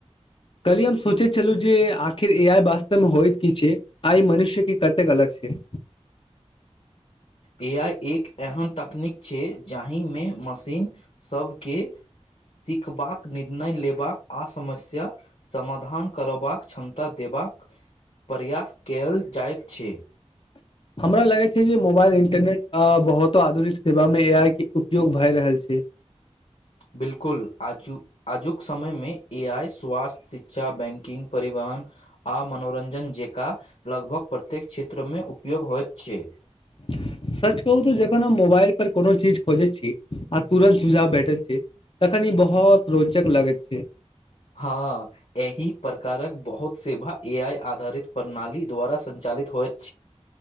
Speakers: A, on the left; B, on the left.
A: कहली हम सोचे छलहु जे आखिर ए आ वास्तव मे होइत की छै आइ मनुष्य के कतेक अलग छै <unintelligible>
B: ए आइ एक एहन तकनीक छै जाहिमे मशीन सभके सीखबाक निर्णय लेबाक आओर समस्या समाधान करबाक क्षमता देबाक
A: <inaudible>
B: प्रयास कैल जाइत छै
A: <inaudible> हमरा लगे छै जे मोबाइल इंटरनेट अ बहुतो आधुनिक सेवा मे ए आइ के उपयोग भए रहल छै <inaudible>
B: बिल्कुल आजुक आजुक समयमे ए आइ स्वास्थ्य शिक्षा बैंकिंग परिवहन आ मनोरंजन जेका लगभग प्रत्येक क्षेत्रमे उपयोग होइत छै
A: <unintelligible> सर्च कहू तऽ जखन हम मोबाइल पर कोनो चीज खोजैत छी आ तुरंत सुझाव भेटैत छै तखन ई बहुत रोचक लगैत छै
B: हँ एहि प्रकारक बहुत सेवा ए आइ आधारित प्रणाली द्वारा संचालित होयत